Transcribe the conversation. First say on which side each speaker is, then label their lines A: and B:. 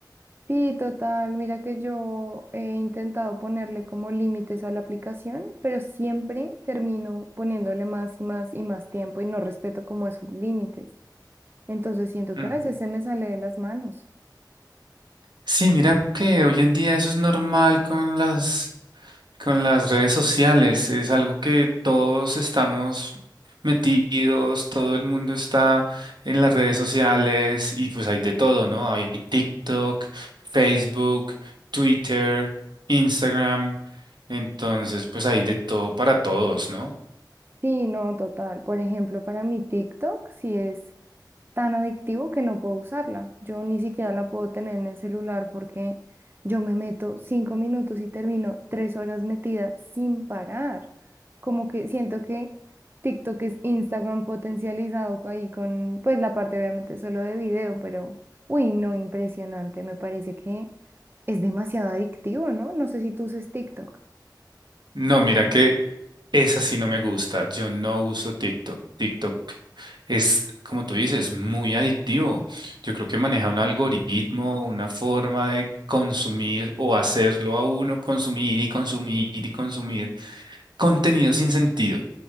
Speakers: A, on the right; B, on the right.
A: Sí, total, mira que yo he intentado ponerle como límites a la aplicación, pero siempre termino poniéndole más y más y más tiempo y no respeto como esos límites. Entonces siento que
B: Mm.
A: a veces se me sale de las manos.
B: Sí, mira que hoy en día eso es normal con las Con las redes sociales es algo que todos estamos metidos, todo el mundo está en las redes sociales y pues hay de todo, ¿no? Hay TikTok, Facebook, Twitter, Instagram, entonces pues hay de todo para todos, ¿no?
A: Sí, no, total. Por ejemplo, para mi TikTok sí es tan adictivo que no puedo usarla. Yo ni siquiera la puedo tener en el celular porque yo me meto cinco minutos y termino tres horas metida sin parar. Como que siento que TikTok es Instagram potencializado co- ahí con, pues la parte obviamente solo de video, pero, uy, no, impresionante. Me parece que es demasiado adictivo, ¿no? No sé si tú uses TikTok.
B: No, mira que esa sí no me gusta, yo no uso TikTok. TikTok es, como tú dices, muy adictivo. Yo creo que maneja un algoritmo, una forma de consumir o hacerlo a uno consumir y consumir y consumir contenido sin sentido.